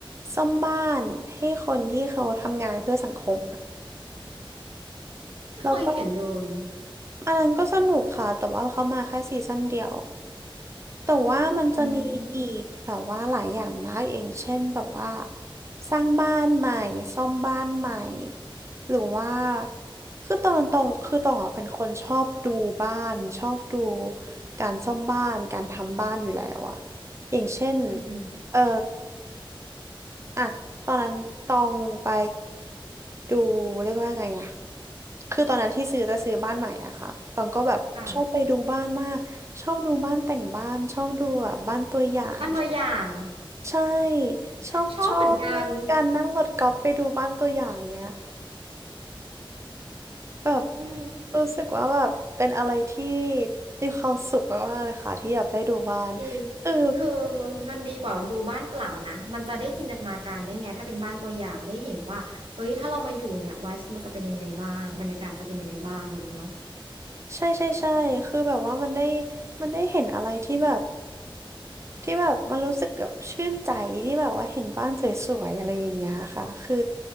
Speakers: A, on the right; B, on the right.
A: ซ่อมบ้านให้คนที่เขาทำงานเพื่อสังคมอะ
B: ไม่เคยเห็นเลย
A: แล้วก็อันนั้นก็สนุกค่ะแต่ว่าเขามาแค่ซีซั่นเดียว แต่ว่ามันจะมีอีกแบบว่าหลายอย่างมากอย่างเช่นแบบว่า
B: อืม
A: สร้างบ้านใหม่ซ่อมบ้านใหม่หรือว่าคือตอนตรงคือตรงอ่ะเป็นคนชอบดูบ้านชอบดูการซ่อมบ้านการทำบ้านอยู่แล้วอ่ะอย่างเช่น
B: อืม
A: เออ อ่ะตอนนั้นตองไปดูเรียกว่าไงอะคือตอนนั้นที่ซื้อจะซื้อบ้านใหม่อะค่ะ ตองก็แบบชอบไปดูบ้านมาก
B: ค่ะ
A: ชอบดูบ้านแต่งบ้านชอบดูแบบบ้านตัวอย่าง
B: บ้านตัวอย่าง
A: ใช่
B: <laughs>
A: ชอบชอบมากการนั่งรถกอล์ฟไปดูบ้านตัวอย่างเนี้ย
B: ชอบเหมือนกัน
A: แบบ
B: อืม
A: รู้สึกว่าแบบเป็นอะไรที่มีความสุขมากๆเลยค่ะที่แบบได้ดูบ้าน
B: จริง
A: คือ
B: คือมันดีกว่าดูบ้านเปล่านะ มันจะได้จินตนาการได้ไง ถ้าเป็นบ้านตัวอย่างได้เห็นว่าเอ้ย ถ้าเรามาอยู่เนี่ย vibes มันจะเป็นยังไงบ้าง บรรยากาศจะเป็นยังไงบ้างแบบนี้เนาะ
A: ใช่ใช่ใช่คือแบบว่ามันได้มันได้เห็นอะไรที่แบบ ที่แบบมันรู้สึกแบบชื่นใจที่แบบว่าเห็นบ้านสวยๆอะไรอย่างเงี้ยค่ะคือ